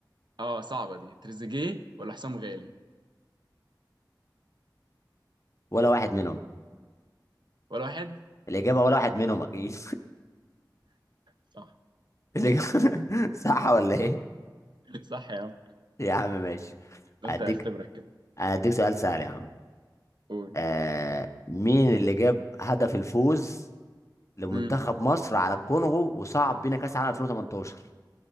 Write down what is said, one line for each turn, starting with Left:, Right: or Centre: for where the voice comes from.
Right: اه صعبه دي تريزيجيه ولا حسام غالي
Left: ولا واحد منهم
Right: ولا واحد
Left: الإجابة ولا واحد منهم أكيد
Right: صح
Left: <laughs> الإجابة <laughs> صح ولا إيه؟
Right: <laughs> صح يا عم
Left: يا عم ماشي
Right: قلت
Left: هديك
Right: اختبرك كده
Left: هديك سؤال سهل يا عم
Right: قول
Left: آه... مين اللي جاب هدف الفوز لمنتخب
Right: امم
Left: مصر على الكونغو وصعد بينا كأس العالم 2018